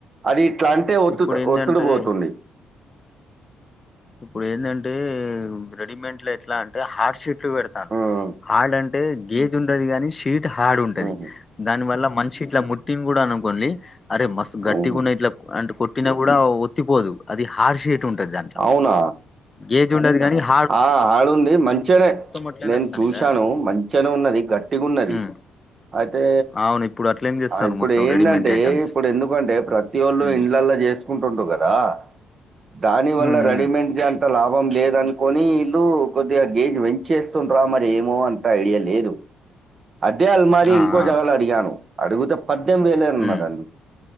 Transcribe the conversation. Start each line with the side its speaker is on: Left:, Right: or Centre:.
Right: అది ఇట్లాంటే ఒత్తు
Left: ఇప్పుడు ఏందంటే
Right: ఒత్తుడు పోతుంది
Left: ఇప్పుడు ఏంధంటే రెడీమేడ్ లో ఎట్లా అంటే హార్డ్ షీట్లు పెడతాన్రు
Right: హ్మ్.
Left: హార్డ్ అంట్ టే గేజ్ ఉండది గనీ షీట్ హార్డ్ ఉంటది
Right: హుహు.
Left: దాని వల్ల మంచిష ఇట్లా ముట్ తిన్ గూడ అననుకొన్లి అరే మస్తు
Right: హుహు.
Left: గట్టిగున్నది ఇట్లా అంటే కొట్టినా కూడా ఒత్తిపోదు అది హార్ షీట్ ఉంటది దాన్
Right: అవునా
Left: గేజ్ ఉండదు గనీ హా
Right: ఆ హాడుంది మంచిగనే
Left: అట్లనే
Right: నేను
Left: వస్తానయి
Right: చూశాను
Left: కదండి
Right: మంచిగనే ఉన్నది గట్టిగున్నది
Left: ఉమ్
Right: అయితే
Left: అవును ఇప్పుడు అట్లనే తెస్తాన్రు
Right: ఆ ఇప్పుడు
Left: మొత్తం
Right: ఏంధంటే
Left: రెడీమేంట్ ఐటమ్స్
Right: ఇప్పుడు ఎందుకంటే ప్రతి ఒళ్ళు
Left: ఉమ్
Right: ఇండ్లలో జేస్ కుంటున్రు గదా దాని వల్ల
Left: ఉమ్
Right: రెడీమెంట్
Left: ఉమ్
Right: కి అంత లాభం లేదన్ కొని ఇల్లు కొద్దిగా గేజ్ పెంచేస్తుంటరా మరి ఏమో అంత ఐడియా లేదు అదే అల్మారి
Left: ఆ
Right: ఇంకో
Left: ఆ
Right: జాగాలో అడిగాను అడిగితే పద్దెనిమిది వేలేనన్నాడండి
Left: ఉమ్